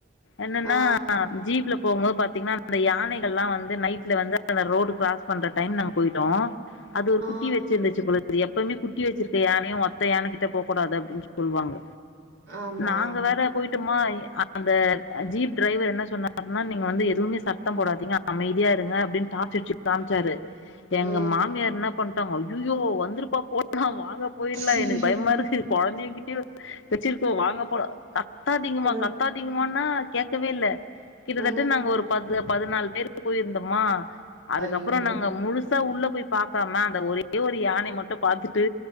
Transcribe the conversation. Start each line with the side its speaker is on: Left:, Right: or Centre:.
Left: என்னன்னா
Right: ஆ
Left: ஜீப்ல போகும்போது பாத்தீங்னா அந்த யானைகள்லாவந்து நைட்ல வந்து அந்த ரோடு க்ராஸ் பண்ற டைம் நாங்க போய்ட்டோ அது ஒரு
Right: ஆ
Left: குட்டி வச்சிருந்துச்சு போலருக் அது எப்பவுமே குட்டி வச்சிருக்க யானையு ஒத்த யானைகிட்ட போக்கூடாது அப்டின்னு சொல்வாங்க
Right: ஆமா.
Left: நாங்க வேற பொய்ட்டம்மா அந்த ஜீப் ட்ரைவர் என்ன சொன்னார்னா நீங்க வந்து எதுவுமே சத்தம் போடாதீங்க அமைதியா இருங்க அப்டின்னு டார்ச் அடிச்சு காம்ச்சாரு எங்க
Right: ம்.
Left: மாமியார் என்ன பண்ட்டாங்க அய்யய்யோ வந்துருப்பா போலா வாங்கப் போயிர்லா
Right: சரி.
Left: எனக்கு பயமா இருக்கு கொழந்தைய கிட்டயே வச் வச்சிருக்கோ வாங்க போலா கத்தாதிங்கமா
Right: அ
Left: கத்தாதிங்கமானா கேக்கவே இல்ல கிட்டத்தட்ட
Right: ஆ
Left: நாங்க ஒரு பத்து பதினாலு பேரு போயிருந்தமா அதுக்கப்பறோ
Right: ஐயோ!
Left: நாங்க முழு பெருசா உள்ள போய் பாக்காம அந்த ஒரே ஒரு யானைய மட்டு பாத்துட்டு